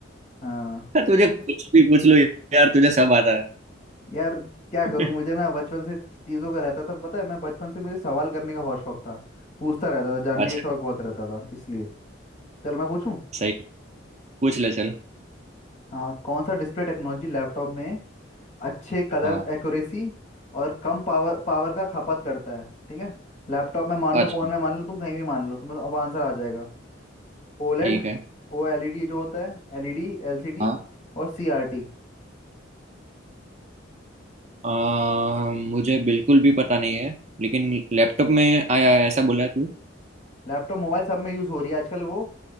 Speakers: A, on the left (about 35°); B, on the right (about 35°).
A: हाँ
B: तुझे कुछ भी पूछ लो यार तुझे सब आता है
A: यार क्या
B: <laughs>
A: करूं मुझे ना बचपन से चीज़ों का रहता था पता है मैं बचपन से मुझे सवाल करने का बहुत शौक था पूछता रहता था जानने
B: अच्छा
A: का शौक बहुत रहता था इसलिए चल मैं पूछूं
B: सही पूछ ले चल
A: हाँ कौन सा डिस्प्ले टेक्नोलॉजी लैपटॉप में अच्छे कलर
B: हाँ
A: एक्यूरेसी और कम पावर पावर का खपत करता है ठीक है लैपटॉप में मान लो
B: अच्छा
A: फोन में मान लो तुम कहीं भी मान लो तुम्हें अब आंसर आ जाएगा ओलेड
B: ठीक है
A: ओ एलईडी जो होता है एलईडी एलसीडी
B: हाँ
A: और सीआरटी
B: आ, मुझे बिल्कुल भी पता नहीं है लेकिन लैपटॉप में आया है ऐसा बोला तू
A: लैपटॉप मोबाइल सब में यूज़ हो रही है आजकल वो